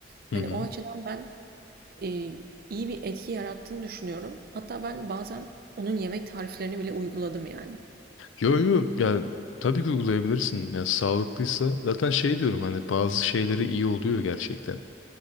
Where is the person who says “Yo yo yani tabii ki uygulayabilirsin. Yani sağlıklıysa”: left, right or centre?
Left